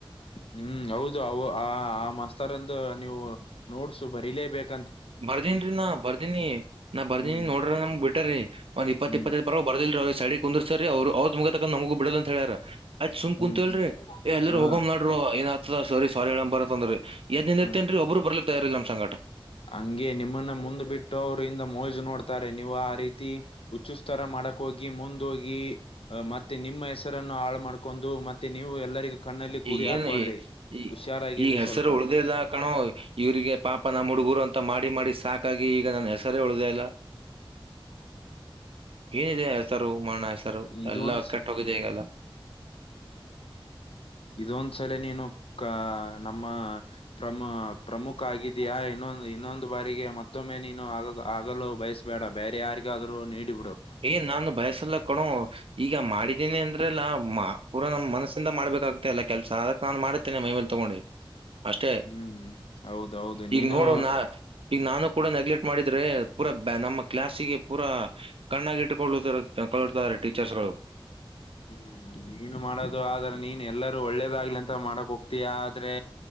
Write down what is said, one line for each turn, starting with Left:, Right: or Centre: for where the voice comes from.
Left: ಹ್ಮ್ ಹೌದು ಅವ್ ಆ ಮಾಸ್ತರ್ಂದು ನೀವು ನೋಟ್ಸ್ ಬರಿೀಲೇಬೇಕು.
Right: ಬರ್ದಿನಿ ರೀ ನಾ ಬರ್ದೀನಿ ನಾ ಬರ್ದೀನಿ
Left: ಹ್ಮ್
Right: ನೋಡ್ರಿ ನಮ್ಗ್ ಬಿಟ್ರೀ ಒಂದ್ ಇಪ್ಪತ್ತ
Left: ಹ್ಮ್
Right: ಇಪ್ಪತ್ತೈದು ಬರದಿಲ್ಲ ರೀ. ಬರ್ದಿಲ್ಲ ರೀ ಅವ್ರಗೆ ಸೈಡ್ಗೆ ಕುಂದರ್ ಸವರ್ ರೀ ಅವರ್ದ್ ಮುಗಿಯೋತಕ ನಮಗೂ. ಬಿಡ ಅಂತ ಹೇಳ್ಯಾರ ಆಯ್ತ್ ಸುಮ್ಮ್
Left: ಹ್ಮ್
Right: ಕುಂತಕೊಳ್ಳ್ರಿ
Left: ಹ್ಮ್ ಹ್ಮ್
Right: ಎಲ್ಲರು
Left: ಹಾ
Right: ಹೋಗಾನ್ ಮಾಡ್ರರು ಏನ್ ಆತದ ಸರ್ಗೆ ಸ್ವಾರಿ ಹೇಳನಾ ಬರ್ರೋ. ಕುಂದ್ರಿ ಎದ್ದ್ ನಿಂದಿರ್ತೀನಿ
Left: ಹ
Right: ರೀ ಒಬ್ಬರು ಬರ್ಲಿ ತಯಾರಿಲ್ಲ ನಮ್ಮ ಸಂಗಟ.
Left: ಹಂಗೆ ನಿಮ್ಮನ್ನ ಮುಂದ್ ಬಿಟ್ಟು ಅವ್ರಿಂದೆ ಮೋಜ್ ನೋಡ್ತಾರೆ ನೀವು ಆ ರೀತಿ. ಹುಚ್ಚುಸ್ತರ ಮಾಡಕ್ ಹೋಗಿ ಮುಂದೋಗಿ ಮತ್ತೆ ನಿಮ್ಮ ಹೆಸರನ್ನು ಹಾಳು ಮಾಡ್ಕೊಂಡು ಮತ್ತೆ ನೀವು ಎಲ್ಲರಿಗೂ ಕಣ್ಣಲ್ಲಿ ಗುರಿ
Right: ಈ
Left: ಹಾಕ್ಬಾಡ್ರಿ
Right: ಏನು ಈ
Left: ಹುಷಾರಾಗಿರ್ರಿ
Right: ಈಗ ಹೆಸರು
Left: ಸ್ವಲ್ಪ
Right: ಉಳ್ದ ಇಲ್ಲ ಕಣೋ ಇವರಿಗೆ ಪಾಪ ನಮ್ಮ ಹುಡುಗರು ಅಂತ ಮಾಡಿ ಮಾಡಿ ಸಾಕಾಗಿ ಈಗ ನನ್ನ ಹೆಸರೇ ಉಳ್ದೇ ಇಲ್ಲ <inaudible> ಏನಿದೆ ಹೆಸರು ಮಾಡಣ ಹೆಸರು
Left: ಇದೊಂದ್
Right: ಎಲ್ಲಾ ಕೆಟ್ಟೋಗ ದೆ ಅಲ್ಲ <inaudible>
Left: ಇದೊಂದ್ಸಲ ನೀನು ಕ ನಮ್ಮ ಪ್ರಮ ಪ್ರಮುಖ ಆಗಿದಯಾ ಇನ್ನೊಂದು ಇನ್ನೊಂದು ಬಾರಿಗೆ ಮತ್ತೊಮ್ಮೆ ನೀನು ಆಗ ಆಗಲು ಬಯಸ್ ಬೇಡ ಬೇರೆ ಯಾರಿಗಾದ್ರೂ ನೀಡಿ ಬಿಡು
Right: ಏನ್ ನಾನು ಬಯಸಲ್ಲ ಕೊಣೋ ಈಗ ಮಾಡಿದೀನಿ ಅಂದ್ರೆಲ್ಲ ಪೂರಾ ನಮ್ಮ್ ಮನಸ್ಸಿಂದ ಮಾಡ್ಬೇಕಾಗ್ತ ಅಲ್ಲ ಕೆಲ್ಸ ನಾನು ಮಾಡುತ್ತೇನೆ ಮೈಮೇಲ್ ತಗೊಂಡಿ ಅಷ್ಟೇ
Left: ಹ್ಮ್ ಹೌದೌದು
Right: ಈಗ
Left: ನೀನು
Right: ನೋಡು ನ ಈಗ ನಾನು ಕೂಡ ನೆಗ್ಲೆಕ್ಟ್ ಮಾಡಿದ್ರೆ ಪೂರಾ ನಮ್ಮ ಕ್ಲಾಾಸಿಗೆ ಪೂರಾ ಕಣ್ಣಾಗಿ ಇಟ್ಕೊಳ್ಳ ಕಳಡ್ತಾರೆ ಟೀಚರ್ಸ್ ಗಳು
Left: ಹ್ಮ್ ನೀನು ಮಾಡೋದು ಆದ್ರೆ ನೀನ್ ಎಲ್ಲರೂ ಒಳ್ಳೇದ್ಲಿ ಅಂತ ಮಾಡಕ್ ಹೋಗ್ತೀಯ ಆದ್ರೆ